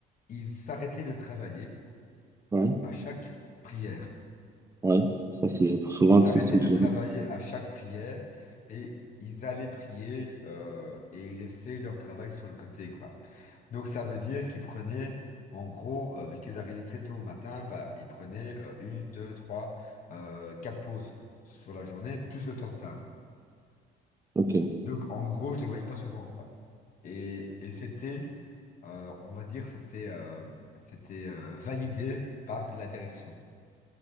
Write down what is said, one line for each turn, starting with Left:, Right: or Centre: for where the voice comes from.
Left: ils s'arrêtaient de travailler
Right: oui,
Left: à chaque prière.
Right: oui. Ça, c'est souvent,
Left: Ils s'arrêtaient
Right: c'est c'est-
Left: de travailler à chaque prière et i- ils allaient prier euh, et ils laissaient leur travail sur le côté, quoi. Donc ça veut dire qu'ils prenaient, en gros, euh, vu qu'ils arrivaient très tôt au matin, bah, ils prenaient euh, une, deux, trois, euh, quatre pauses sur la journée, plus le temps de table.
Right: Ok.
Left: Donc en gros, je les voyais pas souvent, quoi. Et, et c'était, euh, on va dire, c'était euh, c'était euh, validé par la direction.